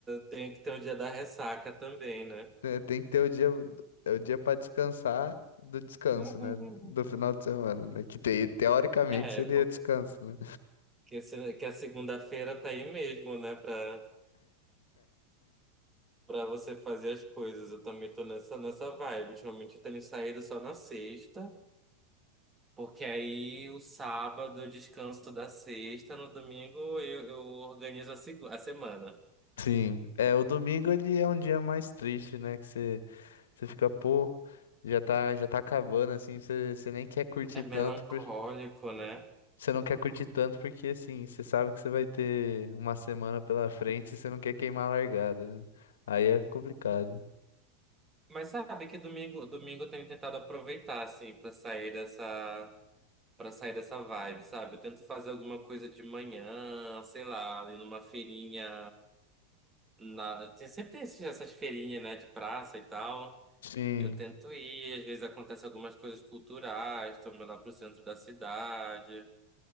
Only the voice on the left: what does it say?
né? Tem que ter o dia, o dia para descansar do descanso,
né? Do final de semana, né? Que te- teoricamente
seria
descanso, né?
Sim, é, o domingo ele é um dia mais triste, né? Que você, você fica, pô, já tá, já tá acabando, assim, você, você nem quer curtir
tanto, por,
você não quer curtir tanto porque, assim, você sabe que você vai ter uma semana pela frente e você não quer queimar a largada, né? Aí é complicado.
Sim,